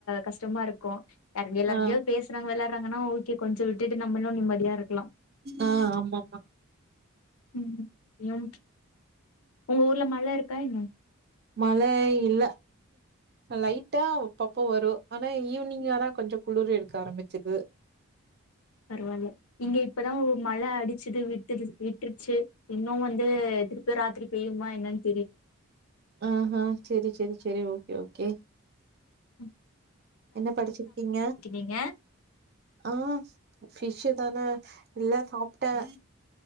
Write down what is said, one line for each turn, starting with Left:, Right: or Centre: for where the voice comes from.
Left: கஷ்டமா இருக் கு யார்கூட எல்லார்கிட்டயு
Right: ஆ.
Left: பேசறங்கல்ல றாங்கன்னா ஓகே கொஞ்ச விட்டுட்டு நம்மளு நிம்மதியா இருக்
Right: ஆ ஆமாம்மா
Left: ம் ம் உங்க ஊர்ல மழ இருக்கா என்ன
Right: மழ இல்ல லைட்டா அப்பப்போ வரு ஆனா ஈவினிங் ஆனா கொஞ்ச குளிர் எடுக்க ஆரம்பிச்சிருது
Left: பரவாயில்ல இங்க இப்பதான் ஓ மழ அடிச்சது விட்டு விட்டுருச்சு இன்னும் வந்து திருப்பு ராத்திரி பெய்யுமா எனன்
Right: ஆஹ்ஹ் சேரி சேரி சேரி ஓகே ஓகே
Left: ம்
Right: என்ன படிச்சிருக்கீங்க
Left: நீங்க
Right: ஆஹ் பிஷு தானே இல்ல சாப்பிட்டேன்